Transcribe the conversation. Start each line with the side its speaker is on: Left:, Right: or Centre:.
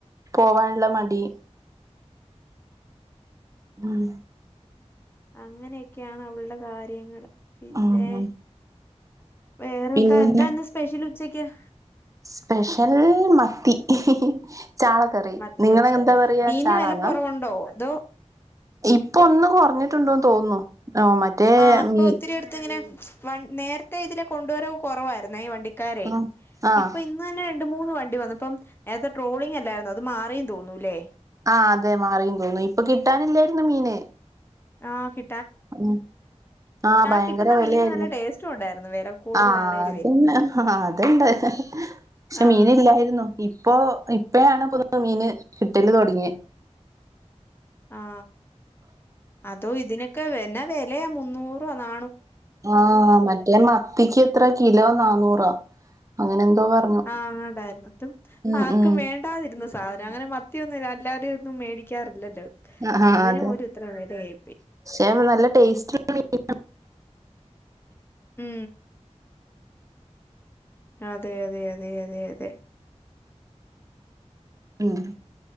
Right: പോവാനുള്ള മടി ഉം
Left: അങ്ങനെക്കെണ് അവളുടെ കാര്യങ്ങള് പിന്നെ
Right: ഉം
Left: വേറെന്താ
Right: പിന്നെ
Left: എന്താ ഇന്ന് സ്പെഷ്യല് ഉച്ച <unintelligible>
Right: സ്പെഷ്യൽ മത്തി ചാളക്കറി
Left: മത്തി
Right: നിങ്ങള
Left: പൊരിച്ചോ
Right: യ്ന് എന്താ പറ്യാ
Left: മീന്
Right: ചാളാന്നാ
Left: വില കുറവുണ്ടോ അതോ
Right: ഇപ്പൊ ഒന്ന് കൊർഞ്ഞിട്ടുണ്ടോന്ന് തോന്നുന്നു. ആഹ് മറ്റേ
Left: ആ ഇപ്പൊ
Right: മി
Left: ഒത്തിരി അടുത്ത് ഇങ്ങനെ വ നേരത്തെ ഇതിലേ കൊണ്ടോരവ് കൊറവായിരുന്നേ ഈ വണ്ടി ക്കാരേ
Right: ആഹ് ആഹ്
Left: ഇപ്പൊ ഇന്നന്നെ രണ്ട് മൂന്ന് വണ്ടി വന്നു പ്പം നേര ട്രോളിംഗ് അല്ലായിരുന്നോ അത് മാറിന്ന് തോന്നു ല്ലേ
Right: ആഹ് അതെ മാറിന്ന് തോന്നുന്നു ഇപ്പൊ കിട്ടാനില്ലായിരുന്നു മീന്
Left: ആഹ് കി
Right: ഉം ആഹ് ഭയങ്കര
Left: കിട്ടുന്ന
Right: വെലയായിരുന്നു
Left: മീന് നല്ല ടേസ്റ്റും ഉണ്ടായിരുന്നു വെല കൂടുതലാണേലുവേ
Right: ആഹ് അതെന്നെ ആ അത്ണ്ട് ക്ഷെ
Left: ആഹ്
Right: മീനില്ലായിരുന്നു ഇ പ്പൊ ഇപ്പളാണ് ഇപ്പൊ <unintelligible> മീന് കിട്ടല് തൊടങ്ങ്യേ
Left: ആ ആ അതോ ഇതിനൊക്കെ വെ എന്നാ വെ ലയാ മുന്നൂറോ നാ
Right: ആ മറ്റേ മത്തിക്ക് എത്ര കിലോ നാനൂറാ അങ്ങനെ പറഞ്ഞു
Left: ആ അങ്ങനുണ്ടായിരുന്നു എന്നിട്ടും
Right: ഉം
Left: ആർക്കും
Right: ഉം
Left: വേണ്ടാതിരുന്ന സാ ധനാ അങ്ങനെ മ ത്തിയൊന്നുമില്ല അല്ലാതെയും ഒന്നും മേടിക്കാറില്ലല്ലോ
Right: ആ ആ
Left: അതിനും
Right: അതെ
Left: പോലും ഇത്ര വെലയായിപ്പോയി
Right: പക്ഷെ നല്ല ടേസ്റ്റ് <unintelligible>
Left: ഉം അതെ അതെ അതെ അതെ അതെ
Right: ഉം